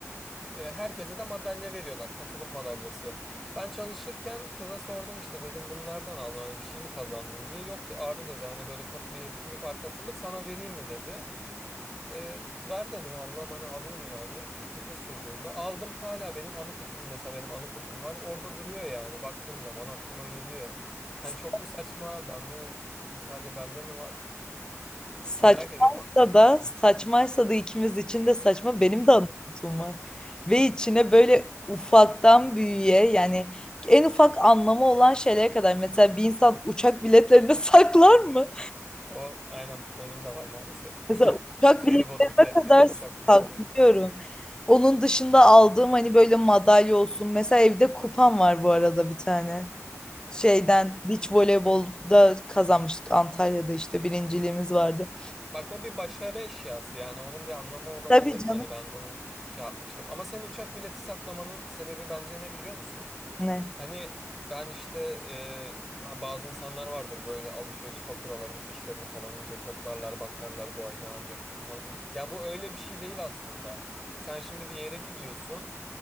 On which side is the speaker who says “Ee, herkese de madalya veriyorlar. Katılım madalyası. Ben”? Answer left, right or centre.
Centre